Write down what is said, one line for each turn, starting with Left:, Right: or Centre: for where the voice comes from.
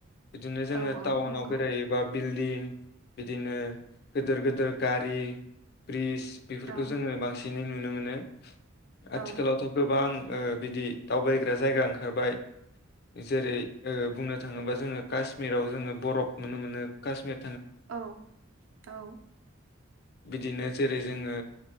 Left: बिदिनो
Right: औ
Left: जोंङो
Right: औ
Left: टाउनाव
Right: नंगौ
Left: बेरायैबाब बिल्दिं बिदिनो गोदोर गोदोर गारि ब्रिज। बेफोरखौ
Right: औ
Left: जोंङो बांसि इदिनो नुनोमोनो।
Right: औ
Left: आथिखालावथ गोबां। ओह बिदि दावबायग्रा जायगा ओंखारबाय जेरै ओह बुंनो थांङोबा जोंङो काशमिराव जोंङो बरफ नुनोमोनो काशमिर।
Right: औ औ।
Left: बिदिनो जेरै जोंङो